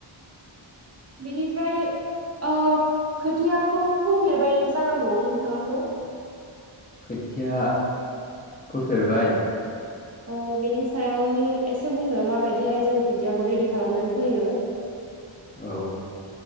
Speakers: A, on the right; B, on the left.
A: बिनिफ्राय ओ खोथियाखौ फोफेरबाय जानांगौ नोंथांङाथ'।
B: खोथिया फोफेरबाय।
A: औ बेनि सायावनि एसे बुंनो माबायदिहाय जों खोथियाखौ रेडि खालामनानै फोयो।
B: औ